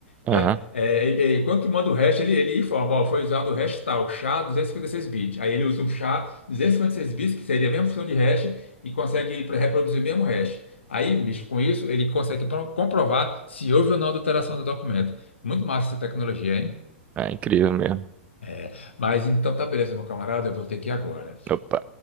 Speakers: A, on the left; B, on the right.
A: né?
B: Aham.
A: É, e- e quando tu manda o hash, ele, ele informa, ó, foi usado o hash tal, SHA 256 bits. Aí ele usa o SHA 256 bits, que seria a mesma função de hash, e consegue pra- reproduzir o mesmo hash. Aí, bicho, com isso, ele consegue pro- comprovar se houve ou não adulteração do documento. Muito massa essa tecnologia, hein?
B: É incrível mesmo.
A: É, mas então tá beleza, meu camarada, eu vou ter que ir agora.
B: Opa.